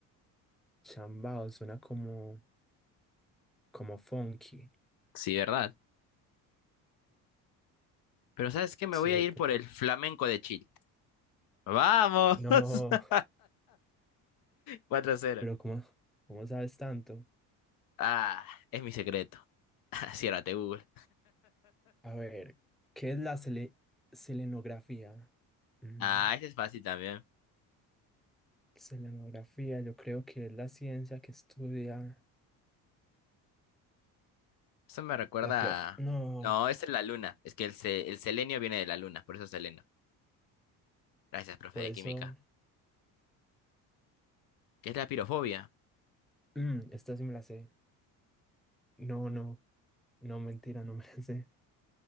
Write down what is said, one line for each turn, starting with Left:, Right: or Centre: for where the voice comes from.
Centre: Chambao suena como, como funky.
Left: Sí, ¿verdad? Pero ¿sabes qué? Me
Centre: Sí,
Left: voy a ir
Centre: pero
Left: por el flamenco de Chile. vamos
Centre: no,
Left: <laughs> Cuatro cero.
Centre: pero ¿cómo, cómo sabes tanto?
Left: Ah, es mi secreto. <laughs> Ciérrate, Google.
Centre: A ver, ¿qué es la sele- selenografía? Mm,
Left: Ah, ese es fácil también.
Centre: selenografía, yo creo que es la ciencia que estudia
Left: Eso me recuerda
Centre: la flor.
Left: a-
Centre: No,
Left: No, esa es la luna. Es que el, se- el selenio viene de la luna, por eso es seleno. Gracias, profe
Centre: por
Left: de
Centre: eso,
Left: química. ¿Qué es la pirofobia?
Centre: mm, esta sí me la sé. No, no, no, mentira, no me la sé.